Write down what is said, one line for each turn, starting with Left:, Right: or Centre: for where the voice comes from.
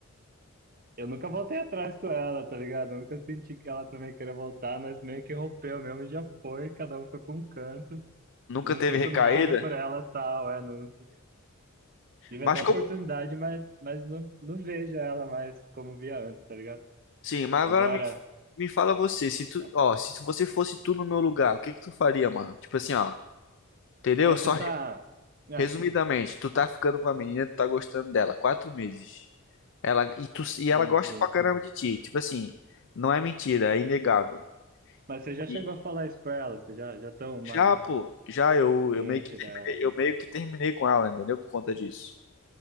Right: eu nunca voltei atrás com ela, tá ligado? Eu nunca senti que ela também queria voltar, nós meio que rompeu mesmo e já foi, cada um foi pra um canto.
Left: Nunca
Right: Eu não
Left: teve
Right: sinto
Left: recaída,
Right: nada por ela tal, é, não, não tive, tive
Left: mas
Right: até a
Left: como,
Right: oportunidade, mas, mas não, não vejo ela mais como via antes, tá ligado?
Left: Sim, mas agora
Right: Agora,
Left: me, me fala você, se tu,
Right: ah,
Left: ó, se tu- você fosse tu no meu lugar, o que que tu faria, mano? Tipo assim, ó, entendeu?
Right: mas
Left: Só
Right: você
Left: re-
Right: tá. Ah,
Left: resumidamente, tu tá ficando com a menina, tu tá gostando dela, quatro meses. Ela e tu e ela
Right: sim,
Left: gosta
Right: sim.
Left: pra caramba de ti, tipo assim, não é mentira, é inegável.
Right: Mas você já
Left: E
Right: chegou a falar isso pra ela, você já, já tão mais
Left: já, pô, já eu,
Right: ciente,
Left: eu meio que terminei,
Right: né?
Left: eu meio que terminei com ela, entendeu? Por conta disso.